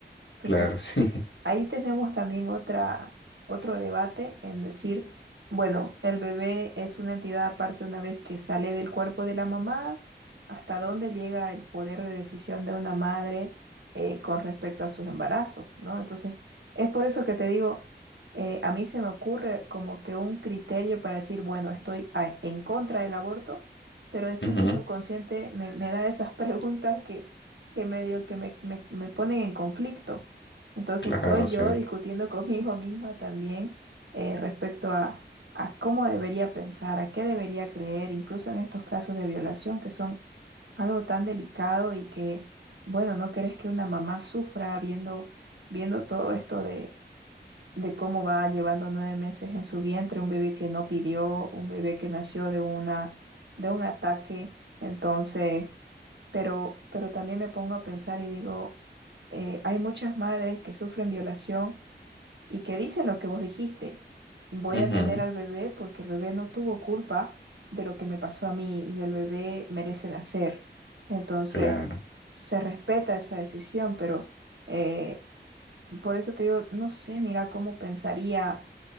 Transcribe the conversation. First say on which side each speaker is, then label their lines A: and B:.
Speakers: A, on the right; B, on the left.
A: Entonces,
B: claro, sí.
A: Ahí tenemos también otra, otro debate en decir, bueno, el bebé es una entidad aparte una vez que sale del cuerpo de la mamá, hasta dónde llega el poder de decisión de una madre eh, con respecto a sus embarazos, ¿no? Entonces, es por eso que te digo, eh, a mí se me ocurre como que un criterio para decir, bueno, estoy a- en contra del aborto, pero después
B: <laughs> Ujú,
A: mi subconsciente me, me da esas <laughs> preguntas que, que medio que me, me me ponen en conflicto. Entonces
B: Claro,
A: soy
B: sí.
A: yo discutiendo <laughs> conmigo misma también eh, respecto a, a cómo debería pensar, a qué debería creer, incluso en estos casos de violación que son algo tan delicado y que, bueno, no querés que una mamá sufra viendo, viendo todo esto de, de cómo va llevando nueve meses en su vientre, un bebé que no pidió, un bebé que nació de una, de un ataque. Entonces pero, pero también me pongo a pensar y digo, eh, hay muchas madres que sufren violación y que dicen lo que vos dijiste, voy
B: Ujú.
A: a tener al bebé porque el bebé no tuvo culpa de lo que me pasó a mí y el bebé merece nacer. Entonces,
B: Claro.
A: se respeta esa decisión, pero eh, por eso te digo, no sé, mira cómo pensaría